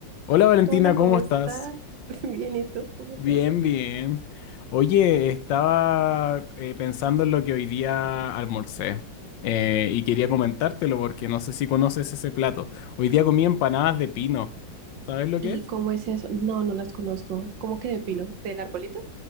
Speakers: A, on the left; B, on the right.
A: Hola Valentina,
B: Hola,
A: ¿cómo
B: ¿cómo estás?
A: estás?
B: <laughs> Bien, ¿y tú? ¿Cómo
A: Bien,
B: te va?
A: bien. Oye, estaba eh, pensando en lo que hoy día almorcé eh, y quería comentártelo porque no sé si conoces ese plato. Hoy día comí empanadas de pino. ¿Sabes lo
B: ¿Y
A: que es?
B: cómo es eso? No, no las conozco. ¿Cómo que de pino? ¿Del arbolito?